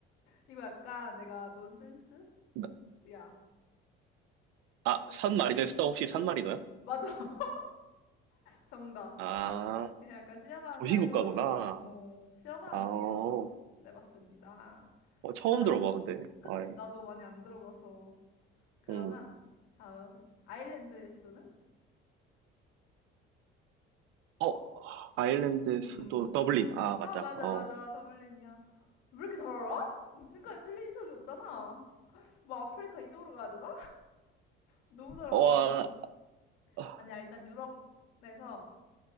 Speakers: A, on the left (about 85°); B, on the right (about 80°).
A: 이거 약간 내가 넌센스?
B: 나-
A: 야,
B: 아, 산마리노였어? 혹시 산마리노야?
A: 맞아. <laughs> 정답.
B: 아,
A: 그냥 약간 쉬어가는
B: 도시국가구나.
A: 타임으로 어, 쉬어가는
B: 아, 어,
A: 느낌으로 내봤습니다.
B: 처음
A: 다음
B: 들어봐, 근데.
A: 그치,
B: 아이,
A: 나도 많이 안 들어봐서. 그러면
B: 음.
A: 다음 아일랜드의 수도는?
B: 어,
A: 어?
B: 아일랜드 수도
A: 음, 음.
B: 더블린. 아, 맞아.
A: 아 맞아
B: 어.
A: 맞아 더블린이야. 왜 이렇게 잘 알아? 음, 지금까지 틀린 적이 없잖아. 뭐 아프리카 이쪽으로 가야 되나? 너무 잘하잖
B: 어, 아, 아,
A: 아니야 일단 유럽에서